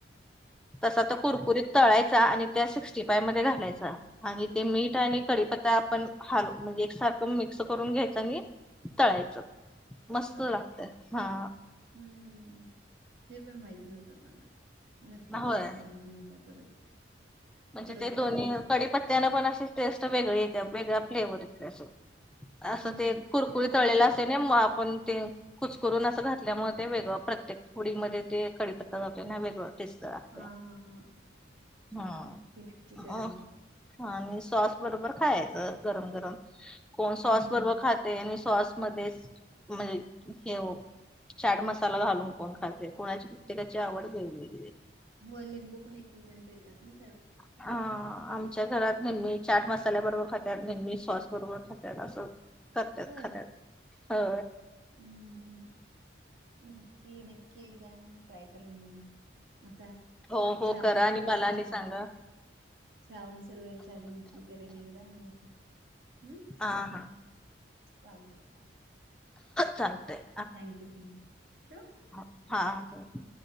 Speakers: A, in the centre; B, on the right.
A: तसा
B: हा
A: त
B: हा
A: कुरकुरीत तळायचा आणि त्या सिक्स्टी फायव मध्ये घालायचा आणि ते मीठ आणि करीपत्ता आपण हालो म्हणजे एकसारखं मिक्स करून घ्यायचं नाही तळायचं मस्त
B: होय
A: लागत हा
B: हम्म हे पण माहित नव्हतं मला नक्की
A: होय
B: ट्राय केल मी आता परत
A: म्हणजे
B: परत
A: ते
B: करता
A: दो्ही
B: नक्की
A: पडीपत्यां पण असे टेस्ट वेगळे येते वेगळ्या फ्लेवर असं असं
B: हम्म
A: ते कुरकुरीत
B: येत असणार
A: तळलेलं असे ना मग आपण ते कुचकरुून असं घातल्यामुळे ते वेगळं प्रत्येक फडीमध्येध्ये ते कडीपत्ता जातले ना वेगळं टेस्ट लागत्या
B: हा हा हा हा
A: हा
B: ती नक्की करेन
A: आणि सॉस बरोबर खायचं गरम गरम कोण
B: हम्म
A: सॉस बरोबर खात तेनी सॉसमध्येध्ये म्हणज घेऊ चाट मसाला घालून कोण खाते कोणाची प्रत्येकाची आवड घई
B: हो लिंबू पण एक एक जण पेळतात ना त्यावर
A: अ आमच्या घरात नेहमी चाट मसाल्या बरोबर खातात नेहमी सॉस बरोबर खातात असं करतच
B: होय
A: खरच हो
B: हम्म हम् नक्की नक्की एकदा मी ट्राय करून बघन आता
A: हो हो
B: श्रावण
A: करा आणि
B: सुरू
A: मला
B: व्हायच्या
A: आणि सांगा
B: आधी श्रावण सुरू वयच्या आधी नक्की करेन एकदा आणि म हम्म
A: हा हा
B: चालतय चालत
A: चगते
B: थँक्यू थँक्यू ठ
A: हा